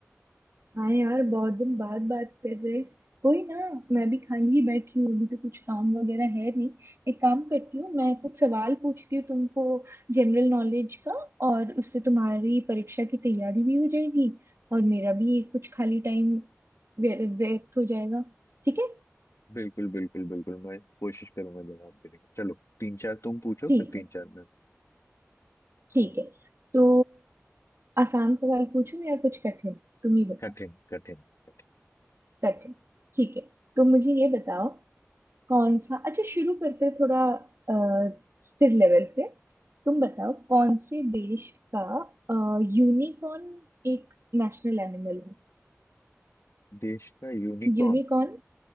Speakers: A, on the right; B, on the left.
A: हाँ यार बहुत दिन बाद बात कर रहे कोई ना मैं भी खाली ही बैठी हूँ अभी तो कुछ काम वगैरह है नहीं एक काम करती हूँ मैं कुछ सवाल पूछती हूँ तुमको जनरल नॉलेज का और उससे तुम्हारी परीक्षा की तैयारी भी हो जाएगी और मेरा भी कुछ खाली टाइम व्यर्थ हो जाएगा ठीक है
B: बिल्कुल बिल्कुल बिल्कुल मैं कोशिश करूंगा जवाब देने की चलो तीन चार तुम पूछो
A: ठीक
B: फिर तीन
A: है
B: चार मैं
A: ठीक है तो आसान सवाल पूछूं या कुछ कठिन तुम ही बताओ
B: कठिन कठिन कठिन
A: कठिन ठीक है तो मुझे ये बताओ कौन सा अच्छा शुरू करते हैं थोड़ा अ, स्थिर लेवल पे तुम बताओ कौन से देश का यूनिकॉर्न एक नेशनल एनिमल है
B: देश का यूनिकॉर्न
A: यूनिकॉर्न